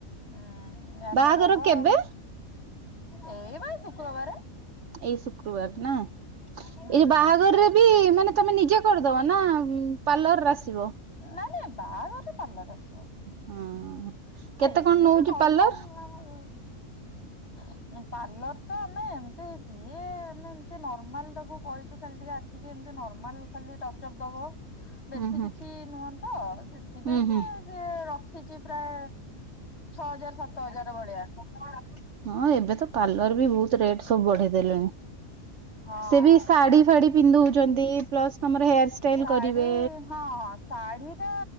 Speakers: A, on the left; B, on the right.
A: ଆଁ, ବ୍ୟାନର
B: ବାହାଘର
A: ହବ, ଆଉ
B: କେବେ
A: ଏଇ ବା ଶୁକ୍ରବାର।
B: ଏଇ ଶୁକ୍ରବାର ନା।
A: ହୁଁ।
B: ଏଇ
A: ନାଇଁ
B: ଯେ ବାହାଘରରେ ବି ମାନେ ତୋମେ ନିଜେ କରିଦବ ନା ଉଁ, ପାର୍ଲର ଆସିବ?
A: ନାଇଁ ନାଇଁ ବାହାଘରରେ ପାର୍ଲର୍ ଆସିବ।
B: ହଁ। କେତେ
A: ଏ ଏମିତି
B: କଣ ନଉଛି
A: ନର୍ମାଲ୍
B: ପାର୍ଲର
A: ଆମର ଏଁ, ପାର୍ଲର ତ ଆମେ ଏମତି ସିଏ ଆମେ ଏମତି ନର୍ମାଲ୍ ତାକୁ କହିଚୁ ଖାଲି ଟିକେ ଆସ ଟିକେ ଏମତି ନର୍ମାଲ୍ ଖାଲି ଟଚ ଅପ୍ ଦବ। ବେଶୀ
B: ହୁଁ ହୁଁ
A: କିଛି ନୁହନ୍ତ ସେଥିପାଇଁକା
B: ହୁଁ ହୁଁ
A: ସିଏ ରଖିଚି ପ୍ରାୟ ଛଅ ହଜାର ସାତ ହଜାର ଭଳିଆ। କଣ ଡାକୁଛି?
B: ହଁ ଏବେ ତ ପାର୍ଲର ବି ବହୁତ ରେଟ୍ ସବୁ ବଢେଇ ଦେଲେଣି।
A: ହଁ।
B: ସେ ବି ଶାଢୀ ଫାଡି ପିନ୍ଧଉଚନ୍ତି। ପ୍ଲସ୍ ତୋମର ହେୟାର୍ ଷ୍ଟାଇଲ୍
A: ଶାଢୀ
B: କରିବେ।
A: ହଁ, ହଁ। ଶାଢୀ ଟା